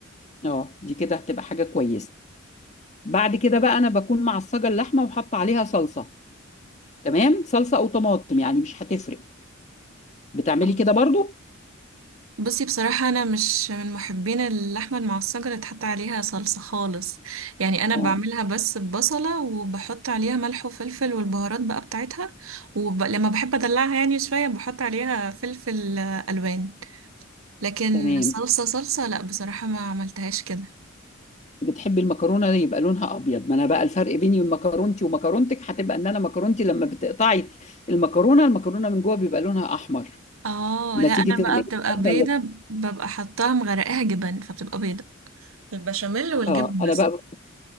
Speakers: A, on the left; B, on the right.
A: اه دي كده هتبقى حاجة كويسة بعد كده بقى انا بكون معصجة اللحمة وحاطة عليها صلصة تمام صلصة او طماطم يعني مش هتفرق بتعملي
B: آه.
A: كده برضو
B: بصي بصراحة انا مش من محبين اللحمة المعصجة اللي تحط عليها صلصة خالص يعني انا
A: اه
B: بعملها بس ببصلة وبحط عليها ملح وفلفل والبهارات بقى بتاعتها ولما بحب ادلعها يعني شوية بحط عليها فلفل آه، الوان لكن
A: تمام
B: صلصة صلصة لا بصراحة ما عملتهاش كده
A: بتحبي المكرونة يبقى لونها ابيض ما انا بقى الفرق بيني وبين مكرونتي ومكرونتك هتبقى ان انا مكرونتي لما بتقطعي المكرونة المكرونة من جوه بيبقى لونها احمر
B: اه
A: نتيجة
B: لا انا بقى
A: الايه
B: بتبقى
A: <laughs>
B: بيضة ببقى حطاها مغرقاها جبن فبتبقى بيضة البشاميل والجبن
A: اه انا
B: بس
A: بقى